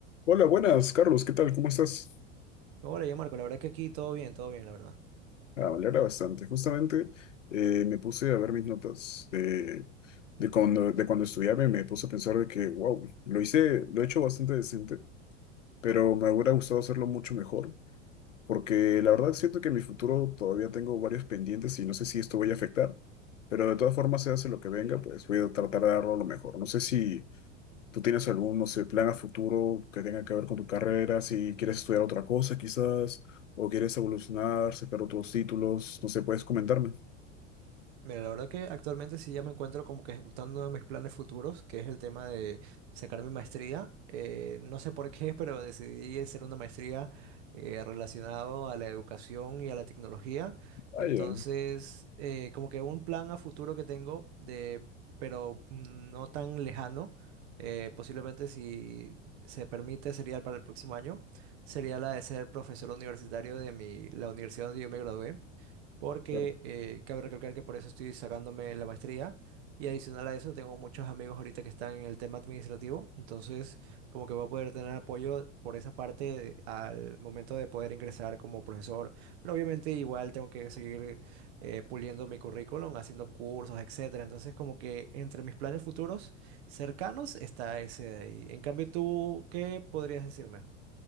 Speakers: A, on the left; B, on the right.
A: Hola, buenas, Carlos, ¿qué tal? ¿Cómo estás?
B: Hola, ya Marco, la verdad que aquí todo bien, todo bien, la verdad.
A: Ah, me alegra bastante. Justamente eh, me puse a ver mis notas de, de cuando, de cuando estudiaba y me puse a pensar de que, wow, lo hice, lo he hecho bastante decente, pero me hubiera gustado hacerlo mucho mejor, porque la verdad siento que en mi futuro todavía tengo varios pendientes y no sé si esto voy a afectar, pero de todas formas, se hace lo que venga, pues voy a tratar de darlo lo mejor. No sé si ¿Tú tienes algún, no sé, plan a futuro que tenga que ver con tu carrera? Si quieres estudiar otra cosa, quizás, o quieres evolucionar, sacar otros títulos, no sé, ¿puedes comentarme?
B: Mira, la verdad que actualmente sí ya me encuentro como que ejecutando uno de mis planes futuros, que es el tema de sacar mi maestría. Eh, no sé por qué, <laughs> pero decidí hacer una maestría eh, relacionado a la educación y a la tecnología.
A: Ah,
B: Entonces,
A: ya,
B: eh, como que un plan a futuro que tengo de, pero mm, no tan lejano, eh, posiblemente si se permite sería para el próximo año, sería la de ser profesor universitario de mi, la universidad donde yo me gradué. porque
A: claro.
B: eh, cabe recalcar que por eso estoy sacándome la maestría y adicional a eso tengo muchos amigos ahorita que están en el tema administrativo, entonces como que voy a poder tener apoyo por esa parte al momento de poder ingresar como profesor, pero obviamente igual tengo que seguir eh, puliendo mi currículum, haciendo cursos, etcétera, entonces como que entre mis planes futuros cercanos está ese de ahí. En cambio, tú, ¿qué podrías decirme?